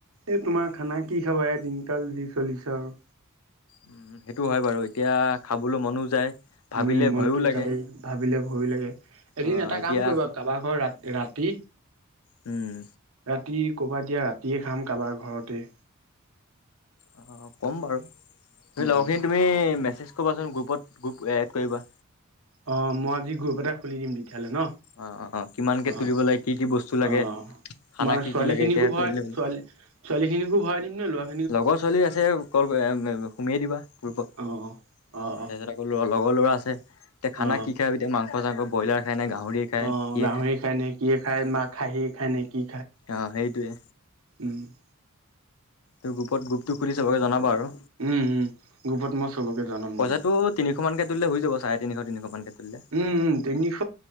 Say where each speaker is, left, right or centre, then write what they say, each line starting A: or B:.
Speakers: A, on the right; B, on the left.
A: এ তোমাৰ খানা কি খাবা এই দিনকাল যি চলিছে আৰু
B: উম, সেইটো হয় বাৰু এতিয়া খাবলৈ মনো যায়। ভাবিলে
A: উম মনটো
B: ভয়ো লাগে
A: যায় ভাবিলে ভৰি এদিন
B: অ'
A: এটা
B: এতিয়া
A: কাম কৰিব কাৰবাৰ ঘৰ ৰা ৰাতি
B: হম,
A: ৰাতি ক'ৰবাত দিয়া ৰাতিয়ে খাম কাৰোবাৰ ঘৰতে
B: অ ক'ম বাৰু তুমি
A: উম
B: লগৰখিনি তুমি মেছেজ কৰিবাচোন গ্ৰুপত গ্ৰুপ এড কৰিবা
A: অ' মই আজি গ্ৰুপ এটা খুলি দিম দি। তেতিয়াহ'লে ন
B: অ' অ' অ' কিমানকে
A: অ-অ,
B: তুলিব লাগে কি কি বস্তু লাগে খানা
A: তোমাৰ
B: কি
A: ছোৱালী
B: কি লাগে
A: খিনিকো
B: এতিয়া
A: ভৰা
B: কৰিলে হ'ল।
A: ছোৱালী ছোৱালী খিনিকো ভৰাই দিম নে ল'ৰা
B: লগৰ ছোৱালী আছে কল সোমিয়ে দিবা পূৰ্বত
A: অ অ
B: তাৰপিছতক
A: অ
B: লগৰ ল'ৰা আছে এতিয়া খানা
A: অ
B: কি খায় এতিয়া মাংস চাংস ব্ৰইলাৰ খায় নে গাহৰিয়ে খায়
A: অ
B: কিয়ে
A: গাহৰি খায় নে কিয়ে খায় না খাহি খায় নেকি
B: অ' সেইটোৱে।
A: <unintelligible>
B: ত গ্ৰুপত গ্ৰুপটো খুলি চবকে জনাবা আৰু
A: উম উম গ্ৰুপত মই চবকে জনাম
B: পইচাটো
A: দিয়া
B: তিনিশ মানকে তুলিলে হৈ যাব চাৰে তিনিশ তিনিশ মানকে তুলিলে।
A: উম তিনিশ